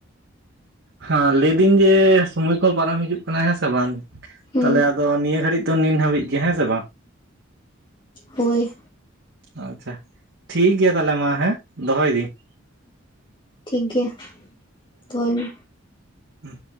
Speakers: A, on the right; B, on the left.
A: ᱦᱮᱸ, ᱞᱟᱹᱭᱫᱟᱹᱧ ᱡᱮ, ᱥᱚᱢᱚᱭ ᱠᱚ ᱯᱟᱨᱚᱢ ᱦᱤᱡᱩᱜ ᱠᱟᱱᱟ ᱦᱮᱸᱥᱮ ᱵᱟᱝ?
B: ᱦᱩᱸ
A: ᱛᱟᱦᱚᱞᱮ ᱟᱫᱚ ᱱᱤᱭᱟᱹ ᱜᱷᱟᱹᱲᱤᱡ ᱫᱚ ᱱᱤᱱ ᱦᱟᱹᱵᱤᱡ ᱜᱮ ᱦᱮᱸ ᱥᱮ ᱵᱟᱝ?
B: ᱦᱳᱭ᱾
A: ᱟᱪᱪᱷᱟ ᱾ ᱴᱷᱤᱠ ᱜᱮᱭᱟ ᱛᱟᱦᱚᱞᱮ ᱢᱟ᱾ ᱦᱮᱸ, ᱫᱚᱦᱚᱭ ᱫᱤᱧ᱾
B: ᱴᱷᱤᱠ ᱜᱮᱭᱟ, ᱫᱚᱦᱚᱭ ᱢᱮ᱾
A: ᱚᱜ <inaudible>